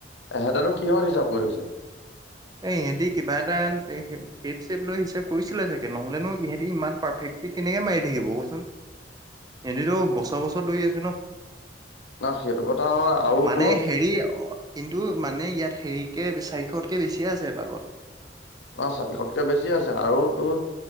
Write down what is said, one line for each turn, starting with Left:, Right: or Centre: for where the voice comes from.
Left: হেতে নো কিহৰ হিচাপ কৰি থৈছে
Right: <inaudible> এ ইহঁতি কিবা এটা টেপ চেপ লৈ হিচাপ কৰিছিলে চাগে নহলেনো ইহঁতি ইমান পাৰফেক্ট স কেনেকে মাৰি থাকিব কচোন এহেতেতো বছৰ বছৰ দৌৰি আছে ন।
Left: ন সেইটো কথা হয় আৰু
Right: মানে
Left: তোৰ
Right: হেৰি কিন্তু মানে ইয়াত সেৰিকে চাৰিশতকে বেছিয়ে আছে এপাকত
Left: অ, চাৰিশতকে বেছি আছে আৰু তোৰ